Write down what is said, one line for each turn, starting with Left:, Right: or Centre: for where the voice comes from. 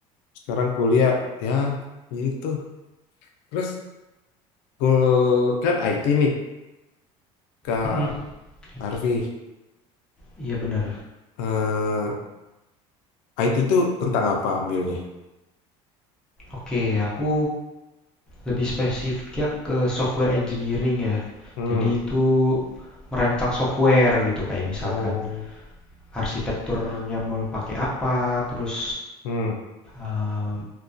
Left: sekarang kuliah ya itu. Terus kul kan IT nih Kak
Centre: Mhm, IT.
Left: Harvey.
Centre: Iya bener.
Left: Eh, IT itu tentang apa ambilnya?
Centre: Oke, aku Lebih spesifiknya ke software engineering ya.
Left: Hmm.
Centre: Jadi itu merancang software gitu kayak misalkan
Left: Oh.
Centre: arsitekturnya mau pakai apa, terus
Left: Hmm.
Centre: em,